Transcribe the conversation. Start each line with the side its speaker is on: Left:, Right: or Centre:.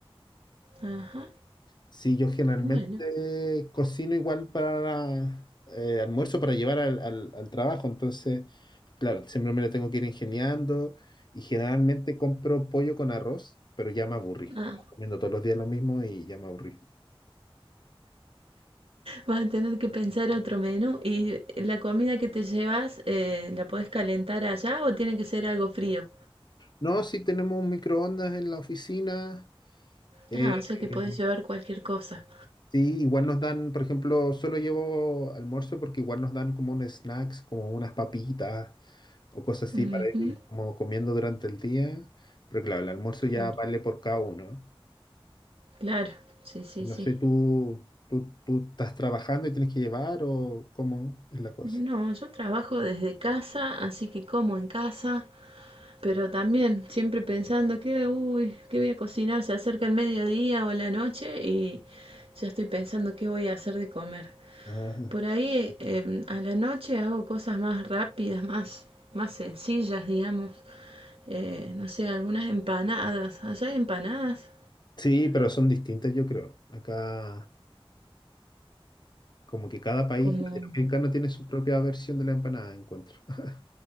Right: Ajá,
Left: Sí, yo generalmente
Right: bueno,
Left: cocino igual para eh, almuerzo para llevar al, al- al trabajo, entonces, claro, siempre me lo tengo que ir ingeniando y generalmente compro pollo con arroz, pero ya me aburrí.
Right: ah,
Left: Estaba comiendo todos los días lo mismo y ya me aburrí.
Right: Vas a tener que pensar otro menú. ¿Y la comida que te llevas, eh, la podés calentar allá o tiene que ser algo frío?
Left: No, sí tenemos un microondas en la oficina. eh,
Right: Ah, o sea que podés llevar cualquier cosa.
Left: sí, igual nos dan, por ejemplo, solo llevo almuerzo porque igual nos dan como un snacks, como unas papitas. o cosas así
Right: Ujú,
Left: para ir como comiendo durante el día, pero claro, el almuerzo ya
Right: claro,
Left: vale por cada uno.
Right: claro, sí, sí,
Left: No
Right: sí.
Left: sé, ¿tú, tú, tú estás trabajando y tienes que llevar o cómo es la cosa?
Right: No, yo trabajo desde casa, así que como en casa, pero también siempre pensando que, uy, ¿qué voy a cocinar? Se acerca el mediodía o la noche y ya estoy pensando qué voy a hacer de comer.
Left: Ah,
Right: Por ahí eh, a la noche hago cosas más rápidas, más, más sencillas, digamos. Eh, no sé, algunas empanadas. Allá hay empanadas,
Left: Sí, pero son distintas, yo creo. Acá, como que cada país
Right: como
Left: latinoamericano tiene su propia versión de la empanada, encuentro. <laughs>